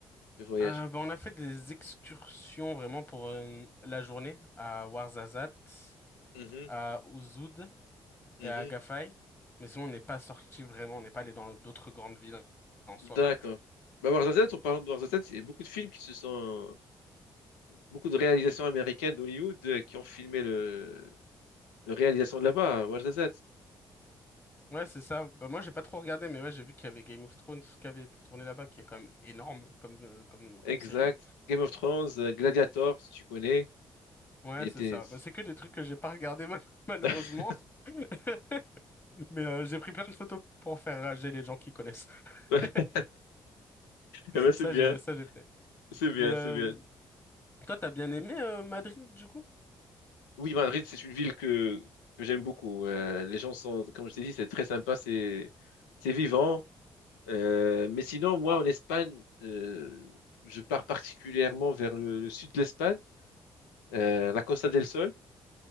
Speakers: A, on the left; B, on the left.
A: le voyage?
B: Euh, bah, on a fait des excursions vraiment pour euh, la journée à Ouarzazate,
A: Mhm,
B: à Ouzoud
A: mhm.
B: et à Agafay. Mais sinon, on n'est pas sorti vraiment, on n'est pas allé dans d'autres grandes villes en soi,
A: D'accord.
B: quoi, tu
A: Bah, Warzazat, en parlant de Warzazat, il y a beaucoup de films qui se sont, beaucoup de réalisations américaines d'Hollywood euh, qui ont filmé le, le réalisation de là-bas, à Ouarzazate.
B: vois. Ouais, c'est ça. Bah, moi, j'ai pas trop regardé, mais ouais, j'ai vu qu'il y avait Game of Thrones qui avait été tourné là-bas, qui est quand même énorme comme, euh, comme,
A: Exact.
B: comme série.
A: Game of Thrones, euh, Gladiator, si tu connais,
B: Ouais,
A: il était,
B: c'est ça. Bah, c'est que des trucs que j'ai pas regardé mal- <laughs> malheureusement.
A: <laughs>
B: <laughs> Mais euh, j'ai pris plein de photos pour faire rager les gens qui connaissent.
A: Ouais,
B: <laughs>
A: eh ben, c'est
B: Ça,
A: bien,
B: j'ai, ça, j'ai fait.
A: c'est bien,
B: Mais euh,
A: c'est bien.
B: toi, t'as bien aimé euh, Madrid, du coup?
A: Oui, Madrid, c'est une ville que, que j'aime beaucoup. Euh, les gens sont, comme je t'ai dit, c'est très sympa, c'est, c'est vivant. Euh, mais sinon, moi, en Espagne, euh, je pars particulièrement vers le, le sud de l'Espagne, euh, la Costa del Sol,